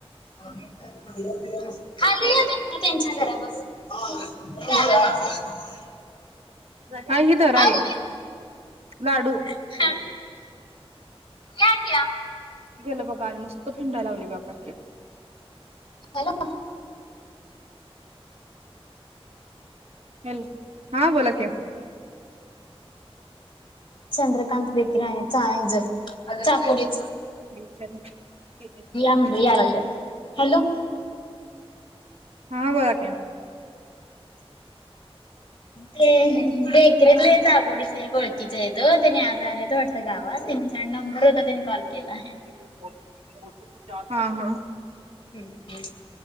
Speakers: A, on the left; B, on the right.
A: खाली या तितन त्यांच्या घरापासून. <unintelligible>
B: हां ही धर आई
A: आओ
B: लाडू.
A: <inaudible> या की आत.
B: केलं बघा आणि नुसत हिडाय लागली बघा
A: हॅलो
B: हॅलो हां बोला की.
A: चंद्रकांत बेकरी आहे चाळण ज चापुरीच.
B: <unintelligible>
A: म्हणलं या लागल्यात. हॅलो
B: हा बोला की
A: ते बेकरीतले चाबोडीतले ओळकीच हायेतं त्यांनी आज आले त वाटतं गावात त्यांचा नंबर होता त्यांनी कॉल केलाय.
B: हां हां.
A: हम्म